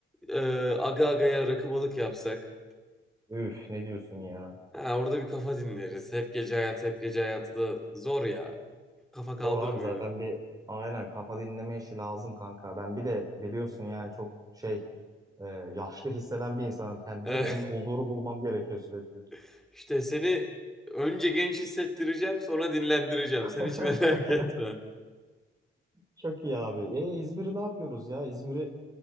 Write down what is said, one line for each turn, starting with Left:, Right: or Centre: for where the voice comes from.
Centre: e, aga agaya rakı balık yapsak.
Right: Üf ne diyorsun ya.
Centre: Ha, orada bir kafa dinleriz. Hep gece hayatı, hep gece hayatı da zor ya. Kafa kaldırmıyor.
Right: Doğru abi zaten bir aynen kafa dinleme işi lazım kanka. Ben bir de biliyorsun yani çok şey e, yaşlı hisseden bir insanım kendimi.
Centre: E,
Right: Benim bir huzuru bulmam gerekiyor sürekli.
Centre: <laughs> işte seni önce genç hissettireceğim, sonra dinlendireceğim. Sen
Right: <laughs>
Centre: hiç <laughs> merak etme.
Right: Çok iyi abi. E İzmir'i ne yapıyoruz ya? İzmir'i